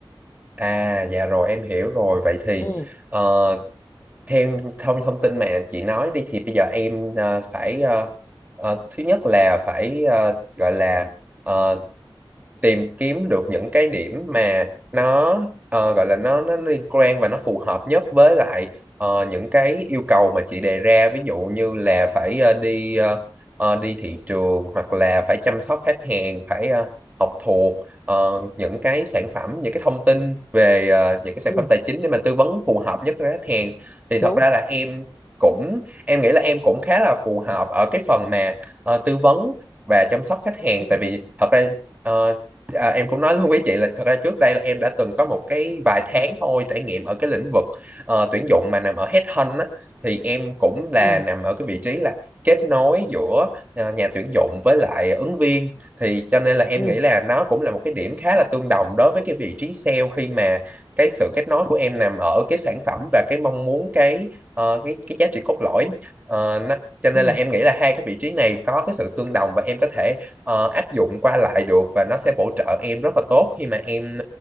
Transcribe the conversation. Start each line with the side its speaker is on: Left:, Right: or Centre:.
Right: À dạ rồi em hiểu rồi. Vậy thì
Left: ừ
Right: ờ, theo thông thông tin mà chị nói đi thì bây giờ em ờ, phải ờ, ờ, thứ nhất là phải ờ, gọi là ờ, tìm kiếm được những cái điểm mà nó ờ, gọi là nó nó liên quan và nó phù hợp nhất với lại ờ, những cái yêu cầu mà chị đề ra ví dụ như là phải ờ, đi ờ, ờ, đi thị trường hoặc là phải chăm sóc khách hàng phải ờ, học thuộc ờ, những cái sản phẩm những cái thông tin về ờ, những cái sản
Left: ừ
Right: phẩm tài chính để mà tư vấn phù hợp nhất với khách hàng thì thật
Left: đúng
Right: ra là em cũng em nghĩ là em cũng khá là phù hợp ở cái phần mà ờ, tư vấn và chăm sóc khách hàng
Left: ừ
Right: tại vì thật ra ờ, À, em cũng nói luôn với chị là thật ra trước đây là em đã từng có một cái vài tháng thôi trải nghiệm ở cái lĩnh vực ờ, tuyển dụng mà nằm ở headhunt á thì em cũng là
Left: ừ
Right: nằm ở cái vị trí là kết nối giữa ờ, nhà tuyển dụng với lại ứng viên thì cho nên là em
Left: ừ
Right: nghĩ là nó cũng là một cái điểm khá là tương đồng đối với cái vị trí sale khi mà cái sự kết nối của em nằm ở cái sản phẩm và cái mong muốn cái ờ, cái cái giá trị cốt lõi Ờ, nó, cho nên
Left: ừ
Right: là em nghĩ là hai cái vị trí này có cái sự tương đồng và em có thể ờ, áp dụng qua lại được và nó sẽ bổ trợ em rất là tốt khi mà em